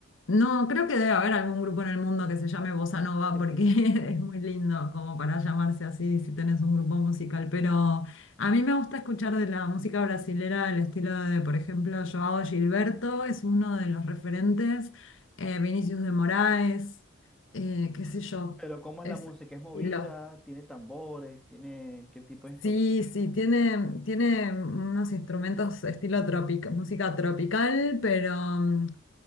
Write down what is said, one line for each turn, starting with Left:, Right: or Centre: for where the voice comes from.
Left: No, creo que debe haber algún grupo en el mundo que se llame Bossa Nova
Centre: <laughs>
Left: porque <laughs> es muy lindo como para llamarse así si tenés un grupo musical. Pero a mí me gusta escuchar de la música brasilera el estilo de, por ejemplo, Joao Gilberto es uno de los referentes, eh, Vinicius de Moraes, eh, qué sé yo,
Centre: Pero ¿cómo es
Left: es
Centre: la música? ¿Es movida?
Left: estilo.
Centre: ¿Tiene tambores? ¿Tiene qué tipo de instrumentos?
Left: Sí, sí, tiene, tiene unos instrumentos estilo tropic- música tropical, pero mm,